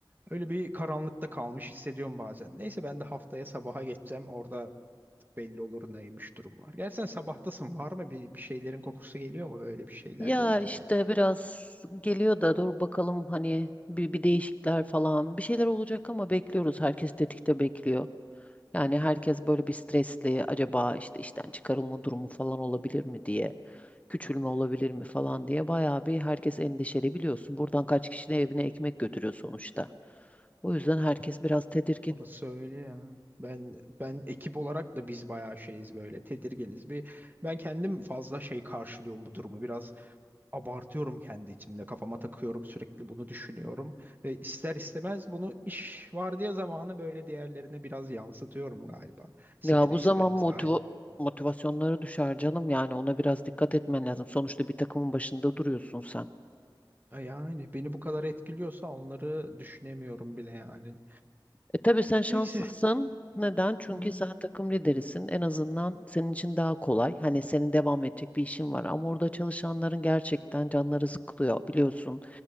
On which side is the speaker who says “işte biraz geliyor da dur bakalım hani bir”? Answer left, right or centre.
Left